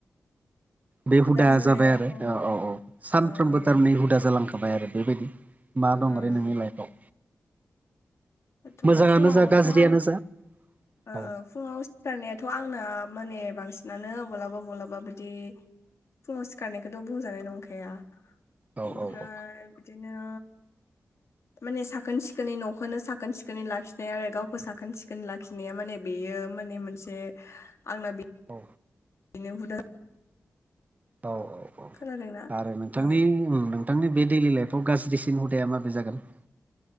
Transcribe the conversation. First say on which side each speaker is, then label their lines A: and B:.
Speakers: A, on the right (about 30°); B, on the left (about 60°).
A: बे हुदा
B: जानायाथ'
A: जाबाय आरो
B: ओ
A: औ औ औ सानफ्रोमबो
B: उम
A: थारमाने हुदा जालांखाबाय आरो बेबायदि मा दं
B: उम
A: आरो नोंनि लाइफआव
B: थ'
A: मोजाङानो
B: फुङावथ'
A: जा गाज्रियानो
B: आं
A: जा
B: ओ
A: औ
B: ओ फुङाव सिखारनायाथ' आंना माने बांसिनानो बलाबा बलाबा बिदि फुङाव सिखारनायखोथ' बुंजानाय नंखाया
A: औ
B: ओमफ्राय
A: औ औ
B: बिदिनो माने साखोन-सिखोनै न'खोनो साखोन-सिखोनै लाखिनाय आरो गावखौ साखोन-सिखोन ला खिनाया माने बेयो माने मोनसे आंना बि
A: औ
B: बिदिनो हुदा
A: औ औ औ
B: खोनादोंना
A: आरो नोंथांनि
B: ओ
A: मुं नोंथांनि बे दैलि लाइफआव गाज्रिसिन हुदाया माबे जागोन?